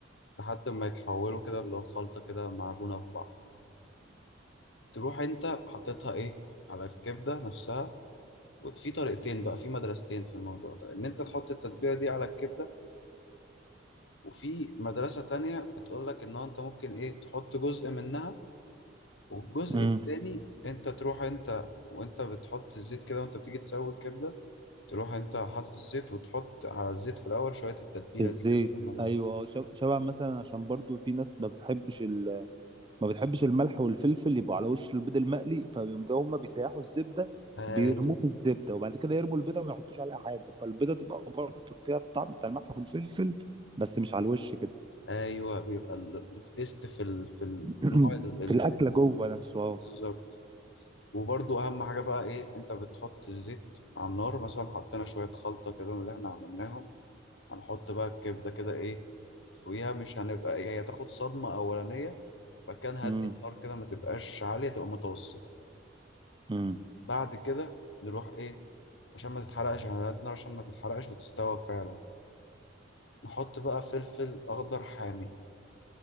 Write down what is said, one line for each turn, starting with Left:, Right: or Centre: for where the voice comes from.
Left: لحد ما يتحولوا كده اللي هو خلطة كده معجونة في بعض تروح انت حاططها ايه على الكبده نفسها وفي طريقتين بقى في مدرستين في الموضوع ده ان انت تحط التتبيله دي على الكبده وفي مدرسه تانية بتقول لك ان هو انت ممكن ايه تحط جزء منها والجزء
Right: امم
Left: التاني انت تروح انت وانت بتحط الزيت كده وانت بتيجي تسوي الكبده تروح انت حاطط الزيت وتحط على الزيت في الاول شويه التتبيله
Right: الزيت
Left: دي كده تعملها
Right: ايوه
Left: دي.
Right: آه، شب- شبع مثلا عشان برضو في ناس ما بتحبش ال... ما بتحبش الملح والفلفل يبقوا على وش البيض المقلي فبيقوموا هما بيسيحوا الزبده
Left: ايوه
Right: بيرموه في الزبده وبعد كده يرموا البيضه وما يحطوش عليها حاجه فالبيضه تبقى برضو فيها الطعم بتاع الملح والفلفل بس مش على الوش كده
Left: ايوه بيبقى ال- التيست في ال... في النوع
Right: <clears throat>
Left: ال... ال...
Right: في الاكله
Left: ال-
Right: جوه نفسه اه
Left: بالظبط. وبرضو اهم حاجه بقى ايه انت بتحط الزيت على النار مثلا حطينا شويه خلطه كده من اللي احنا عملناهم هنحط بقى الكبده كده ايه فوقيها مش هنبقى ايه هي تاخد صدمه اولانيه بعد كده نهدي
Right: امم
Left: النار كده ما تبقاش عاليه تبقى متوسطه
Right: امم
Left: بعد كده نروح ايه عشان ما تتحرقش احنا هنهدي النار عشان ما تتحرقش وتستوى فعلا نحط بقى فلفل اخضر حامي